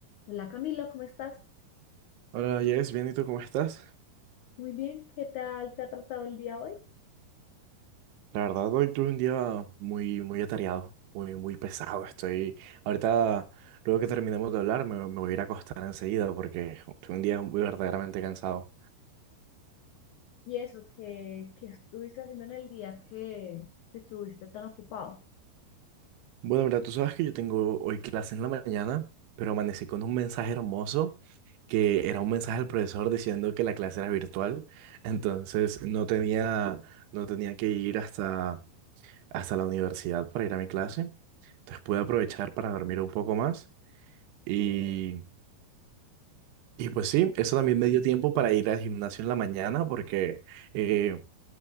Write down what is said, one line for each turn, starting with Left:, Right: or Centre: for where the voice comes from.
Left: Hola Camilo, ¿cómo estás?
Right: Hola, Jess, bien, ¿y tú cómo estás?
Left: Muy bien, ¿qué tal te ha tratado el día hoy?
Right: La verdad, hoy tuve un día muy, muy atareado, muy, muy pesado. Estoy, ahorita, luego que terminemos de hablar, me, me voy a ir a acostar enseguida porque tuve un día muy verdaderamente cansado.
Left: Y eso, ¿qué, qué estuviste haciendo en el día que, que estuviste tan ocupado?
Right: Bueno, mira, tú sabes que yo tengo hoy clase en la mañana, pero amanecí con un mensaje hermoso que era un mensaje del profesor diciendo que la clase era virtual, entonces no tenía, no tenía que ir hasta, hasta la universidad para ir a mi clase. Entonces pude aprovechar para dormir un poco más. Y, y pues sí, eso también me dio tiempo para ir al gimnasio en la mañana porque, eh,